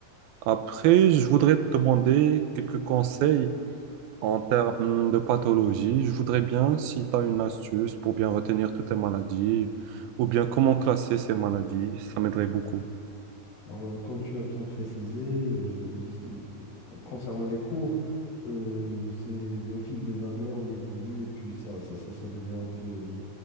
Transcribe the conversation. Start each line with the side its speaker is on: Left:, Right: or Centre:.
Right: Après, je voudrais te demander quelques conseils En termes de pathologie, je voudrais bien, si tu as une astuce pour bien retenir toutes les maladies, ou bien comment classer ces maladies, ça m'aiderait beaucoup.
Left: Alors, euh, comme tu as bien précisé, je- je- le- concernant les cours, euh, c'est au fil des années, on évolue et puis ça, ça, ça, ça devient un peu